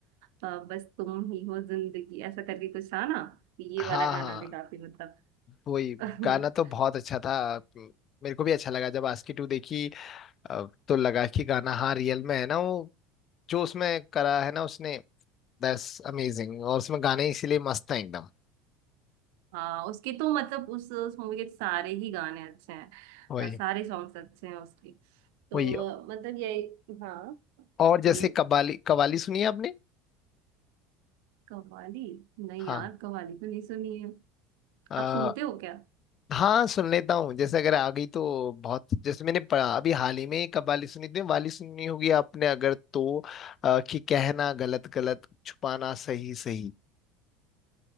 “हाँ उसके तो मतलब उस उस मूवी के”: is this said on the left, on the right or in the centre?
Right